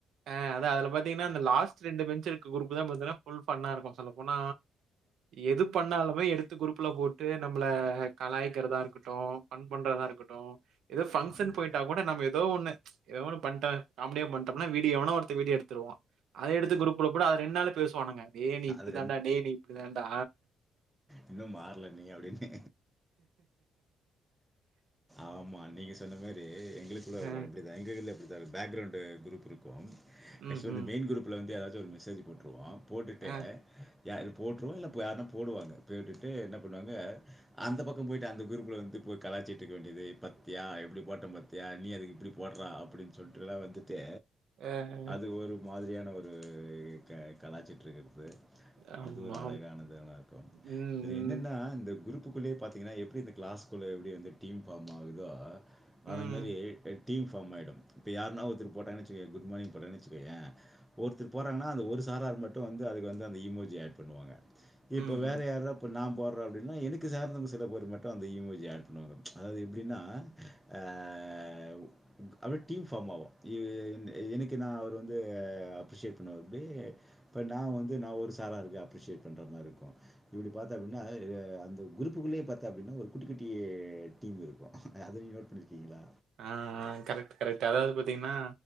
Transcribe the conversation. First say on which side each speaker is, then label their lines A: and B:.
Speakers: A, on the right; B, in the centre.
A: ஆ அதா அதுல பாத்தீங்கன்னா அந்த லாஸ்ட் ரெண்டு பென்சுருக்க குரூப் தா பாத்தீங்கன்னா ஃபுல் ஃபன்னா இருக்கு சொல்ல போன எது பண்ணாலுமே எடுத்து குரூப்ல போட்டு நம்மள கலாயிக்கிறதா இருக்கட்டு ஃபண் பண்றதா இருக்கட்டு ஏதோ ஃபங்க்ஷன்
B: ஆமா.
A: போயிட்டா கூட நம்ம ஏதோ ஒண்ணு எதோ ஒன்னு பண்ட்டே காமெடியா பண்ட்டேனா வீடியோ எவனோ ஒருத்த வீடியோ எடுத்துருவா அத எடுத்து குரூப்ல போட அது ரெண்டு நாள்ல பேசுவானுங்க டே நீ இப்டி
B: அது
A: தாண்டா டே நீ இப்டி தாண்டா
B: இன்னு மாற்ல நீ அப்டின்னு ஆமா நீங்க சொன்ன மாரி எங்களுக்குள்ள <unintelligible>
A: அ,
B: இப்டி எங்க இதுலயு அப்டித்தா பேக்ரவுண்ட் குரூப் இருக்கு
A: ம்ஹ்ம்.
B: ஆக்சுவலா இந்த மெயின் குரூப் ல இருந்து ஏதாச்சு ஒரு மெசேஜ் போட்டுருவோ போட்டுட்டு
A: அ,
B: யா இது போட்டுருவோ இல்ல யாருன்னா போடுவாங்க போட்டுட்டு என்ன பண்ணுவாங்க அந்த பக்க போயிட்டு அந்த குரூப்ல வந்து போய் கலாச்சிட்டு இருக்க வேண்டியது பத்தியா எப்டி போட்ட பத்தியா நீ அதுக்கு இப்டி போடுலா அப்டின்னு சொல்ட்டுலா வந்துட்டு
A: அ,
B: அது ஒரு மாதிரியான ஒரு க கலாச்சிட்ருக்குறது
A: ஆமா.
B: அது ஒரு அழகானதுல இருக்கு
A: ம்,
B: இதுல
A: ம்,
B: என்னன்னா இந்த குருப் புக்குள்ளேயே பாத்தீங்கன்னா எப்டி இந்த கிளாஸ்குள்ள எப்டி வந்து டீம் ஃபார்ம் ஆகுதோ
A: ம்,
B: அந்தமாரி எட் டீம் ஃபார்ம் ஆயிடு இப்ப யாருன்னா ஒருத்த போட்டாங்கன்னு வச்சுகோயே குட்மார்னிங் போட்டானு வச்சுகோயே ஒருத்தர் போட்றாங்கன்னா அந்த ஒரு சாரார் மட்டு வந்து அதுக்கு வந்து அந்த இமோஜு ஆட் பண்ணுவாங்க இப்போ
A: ம்ஹ்ம்.
B: வேறு யாரா இப்போ நா போடுறே அப்டின்னா எனக்கு சார்ந்தவங்க சில பேர் மட்டு அந்த இமோஜிய ஆட் பண்ணுவாங்க அதாவது எப்டின்னா ஆ உ அப்டியே டீம் ஃபார்ம் ஆகு இ ஈ எனக்கு நா அவர் வந்து அப்ரிஷியேட் பண்ணுவாப்படி இப்போ நா வந்து நா ஒரு சாராருக்கு அப்ரிஷியேட் பண்ற மார இருக்கு இப்டி பாத்தா அப்டின்னா ஆ அந்த குரூப்புக்குள்ளேயே பாத்தா அப்டின்னா ஒரு குட்டி குட்டி டீம் இருக்கு அத நீங்க நோட் பண்ணிருக்கீங்களா
A: ஆ‌ ஆ கரெக்ட் கரெக்ட் அதாவது பாத்தீங்கன்னா